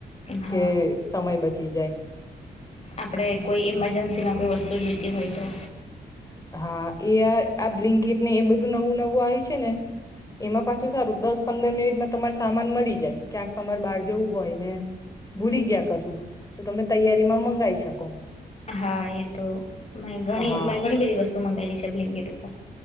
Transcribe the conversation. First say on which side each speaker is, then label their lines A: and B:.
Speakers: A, on the left (about 40°); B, on the left (about 20°).
A: હા
B: કે સમય બચી જાય
A: આપડે કોઈ ઇમરજન્સીમાં કોઈ વસ્તુ જોઈતી હોય તો
B: હા એ આ આ બ્લિંકેટને એ બધું નવું નવું આવે છે ને એમાં પાછું સારું દસ પંદર મિનિટમાં તમાર સામાન મળી જાય ક્યાંક તમારે બહાર જવું હોય ને ભૂલી ગયા કશું તો તમે તૈયારીમાં મંગી શકો
A: હા એ તો મે ગણી
B: હા
A: ઘણી બધી વસ્તુ મંગાવેલી છે બ્લેન્કેટ ઉપર